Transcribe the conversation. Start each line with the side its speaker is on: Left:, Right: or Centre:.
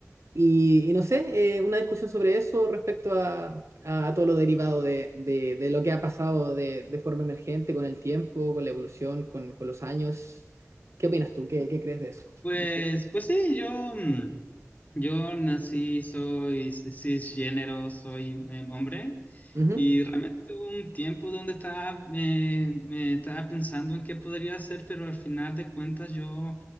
Right: Y, y no sé, eh, una discusión sobre eso respecto a, a todo lo derivado de, de- de lo que ha pasado de, de forma emergente con el tiempo, con la evolución, con, con los años. ¿Qué opinas tú? ¿Qué, qué crees de eso?
Left: pues,
Right: ¿Qué-
Left: pues sí, yo, mm, yo nací, soy cis- cisgénero, soy eh, hombre,
Right: Ujú,
Left: y realmente hubo un tiempo donde estaba, eh, me estaba pensando en qué podría hacer, pero al final de cuentas yo,